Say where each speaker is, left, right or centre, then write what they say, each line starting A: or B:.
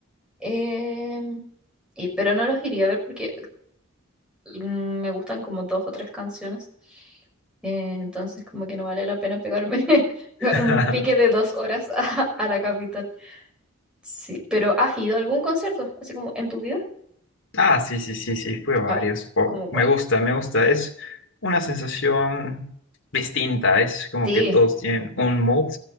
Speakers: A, in the centre; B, on the left (about 65°).
A: Em, y, pero no los iría a ver porque mm, me gustan como dos o tres canciones. Eh, entonces como que no vale la pena pegarme, <laughs> pegarme
B: <laughs>
A: un pique de dos horas a, a la capital. Sí, pero ¿has ido a algún concierto? Así como en tu vida.
B: Ah, sí, sí, sí, sí, fui a varios.
A: A ver,
B: Po-
A: ¿cómo cuál?
B: me gusta, me gusta. Es una sensación distinta. Es como
A: Sí,
B: que todos tienen un mood